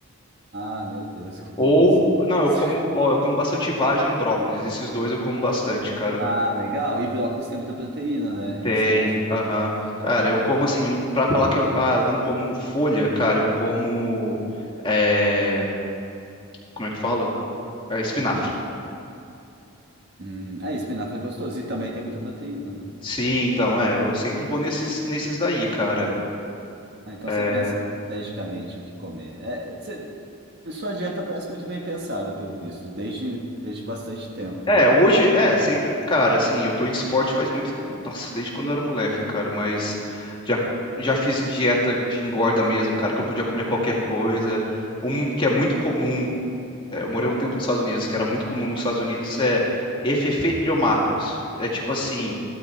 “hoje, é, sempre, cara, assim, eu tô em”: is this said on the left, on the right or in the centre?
Left